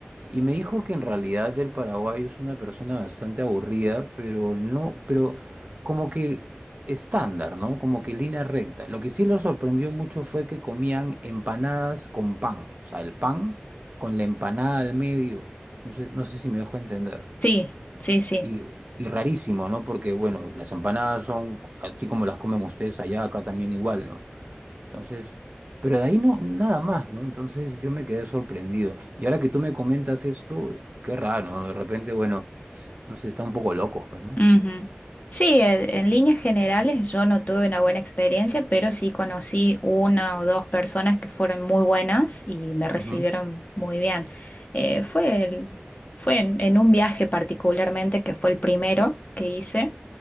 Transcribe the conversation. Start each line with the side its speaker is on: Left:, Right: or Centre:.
Right: Y me dijo que en realidad el paraguayo es una persona bastante aburrida, pero no, pero como que estándar, ¿no? Como que línea recta. Lo que sí lo sorprendió mucho fue que comían empanadas con pan, o sea, el pan con la empanada al medio. No sé, no sé si me dejo entender.
Left: Sí, sí, sí.
Right: Y, y rarísimo, ¿no? Porque, bueno, las empanadas son así como las comen ustedes allá, acá también igual, ¿no? Entonces, pero de ahí no, nada más, ¿no? Entonces yo me quedé sorprendido. Y ahora que tú me comentas esto, qué raro, ¿no? De repente, bueno, no sé, está un poco loco, pues, ¿no?
Left: Ujú. Sí, e- en líneas generales yo no tuve una buena experiencia, pero sí conocí una o dos personas que fueron muy buenas y me recibieron
Right: Ujú,
Left: muy bien. Eh, fue el- fue en, en un viaje particularmente que fue el primero que hice